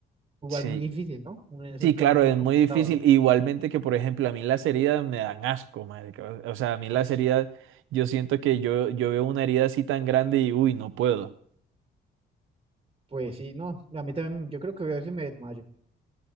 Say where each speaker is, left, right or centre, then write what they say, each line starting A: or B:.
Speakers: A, on the right; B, on the right.
A: Igual
B: Sí,
A: muy difícil, ¿no? Uno en esos
B: sí,
A: casos
B: claro,
A: es
B: es
A: muy complicado,
B: muy difícil.
A: ¿no?
B: Igualmente que, por ejemplo, a mí las heridas me dan asco, marica. O o sea, a mí
A: Pues,
B: las heridas, yo siento que yo, yo veo una herida así tan grande y uy, no puedo.
A: Pues sí, no, a mí también, yo creo que voy a ver si me desmayo.